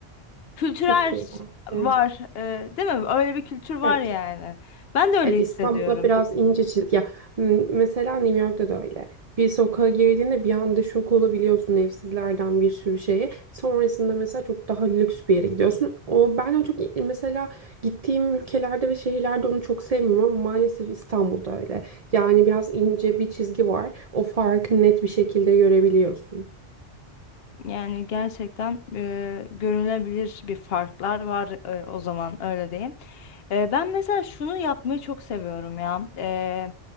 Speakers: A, on the left; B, on the right.
A: kültürel
B: Kültür. var.
A: var
B: Evet.
A: e, değil mi? Öyle bir kültür var
B: Evet.
A: yani. Ben de öyle
B: Evet
A: hissediyorum.
B: İstanbul'da biraz ince çiz ya m- mesela New York'ta da öyle. Bir sokağa girdiğinde bir anda şok olabiliyorsun evsizlerden bir sürü şeye. Sonrasında mesela çok daha lüks bir yere gidiyorsun. O ben o çok mesela gittiğim ülkelerde ve şehirlerde onu çok sevmiyorum ama maalesef İstanbul'da öyle. Yani biraz ince bir çizgi var. O farkı net bir şekilde görebiliyorsun.
A: Yani gerçekten e, görülebilir bir farklar var e, o zaman öyle diyeyim. E, ben mesela şunu yapmayı çok seviyorum ya. E,